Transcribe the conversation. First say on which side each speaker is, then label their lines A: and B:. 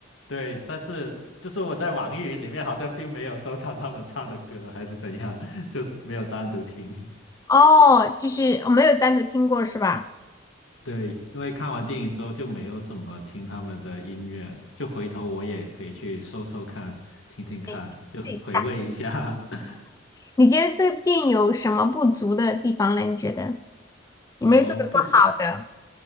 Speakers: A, on the left; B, on the left.
A: 对，但是就是我在网易云里面好像并没有收藏他们唱的歌，还是怎样，<laughs> 就没有单独听。
B: 哦，就是我没有单独听过是吧？
A: 对，因为看完电影之后就没有怎么听他们的音乐，就回头我也可以去搜搜看，听听看，
B: 哎，
A: 就回味一下。
B: 试一下，
A: <laughs>
B: 你觉得这个电影有什么不足的地方呢？你觉得有没有做的不好的？
A: 嗯，不足